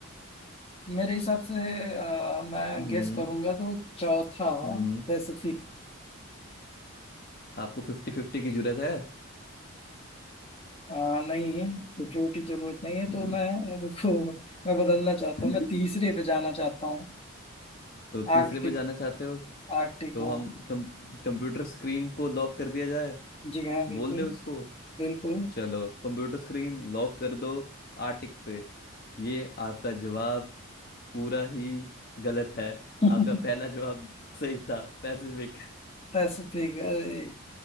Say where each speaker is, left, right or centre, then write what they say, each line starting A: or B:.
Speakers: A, on the left (about 25°); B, on the left (about 45°).
A: मेरे हिसाब से अ, मैं
B: हम्म
A: गेस करूंगा तो चौथा
B: हम्म
A: पैसिफिक
B: आपको फिफ्टी फिफ्टी की जरूरत है
A: आ, नहीं क्योंकि की जरूरत नहीं है तो
B: हम्म,
A: मैं रुको मैं बदलना चाहता
B: <laughs>
A: हूँ मैं तीसरे पे जाना चाहता हूँ
B: तो तीसरे
A: आर्कटिक
B: पे जाना चाहते हो
A: आर्कटिक
B: तो
A: हाँ
B: हम कम, कंप्यूटर स्क्रीन को लॉक कर दिया जाए
A: जी हाँ बिल्कुल
B: बोल दे उसको
A: बिल्कुल
B: चलो कंप्यूटर स्क्रीन लॉक कर दो आर्टिक पे ये आपका जवाब पूरा ही गलत है
A: <laughs>
B: आपका पहला जवाब सही था पैसिफिक
A: पैसिफिक अरे